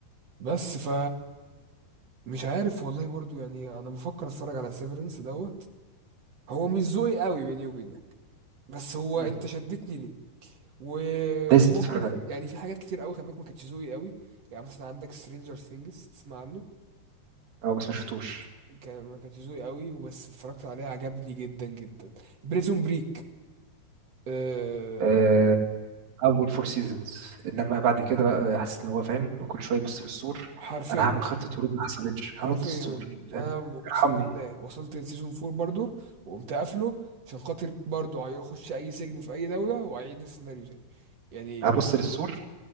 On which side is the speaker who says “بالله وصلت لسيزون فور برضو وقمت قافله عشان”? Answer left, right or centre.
Right